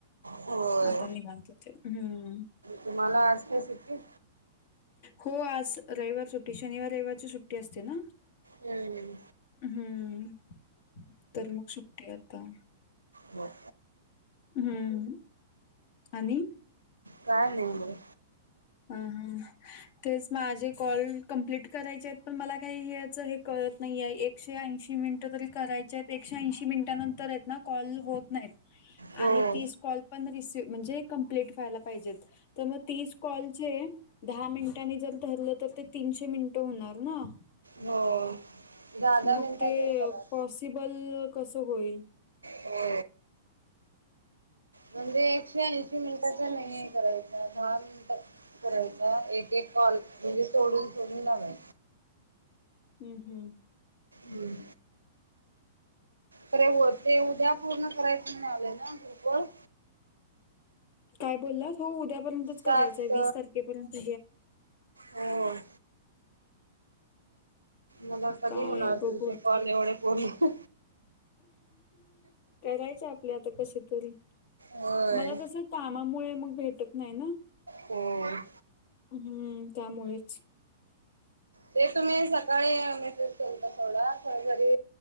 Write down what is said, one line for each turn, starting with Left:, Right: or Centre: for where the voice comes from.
Right: होय.
Left: आतानीवतते हम्म.
Right: तुम्हाला आज काय सुटी.
Left: हो आज रविवार सुट्टी शनिवार रविवारची सुट्टी असते ना.
Right: हम्म.
Left: हम्म तर मग सुट्टी आता.
Right: म <inaudible>
Left: ह् आणि
Right: काय नाही.
Left: ह हा तेच माझे कॉल कंप्लीट करायचे आहेत पण मला काही हे कळत नाही आहे. एकशे ऐंशी मिनिटं तरी करायचे आहेत एकशे ऐंशी मिनिटानंतर आहेत ना कॉल होत नाहीत. आणि
Right: हो.
Left: ती कॉल पण रिसीव म्हणजे कप्लेट व्हायला पाहिजेत तर मग ॉल दहा मिनिटांनी जर धरलं तर ते तीनशे मिनिट होणार ना,
Right: हो. दहा दहा
Left: मग
Right: मिनिटाचेच
Left: ते
Right: करा
Left: पॉसिबल कस होईल?
Right: हो म्हणजे एकशे ऐंशी मिनिटाच्या नाहीे करायेत दहा मिनिट करायचा एक एक कॉल म्हणजे सोडून सोडून लावा.
Left: हम्म हम्म
Right: हम् तरे ते उद्या पूर्ण करायच ना आला ना ग्रुप वर
Left: काय बोललास हो उद्यापर्यंतच
Right: टास्क
Left: करायचंय विस तारखेपर्यंत
Right: हो. मला कधी
Left: काय
Right: होणार
Left: बघू
Right: तुमचे
Left: आता
Right: कॉल एवढ पूर्ण
Left: करायचे आपले आता कसे तरी
Right: होय.
Left: मला कसं कामामुळे मग भेटत नाही ना,
Right: होय.
Left: हम्म त्यामुळेच
Right: ते तुम्ही सकाळी मेसेज केलता सवडा ससरी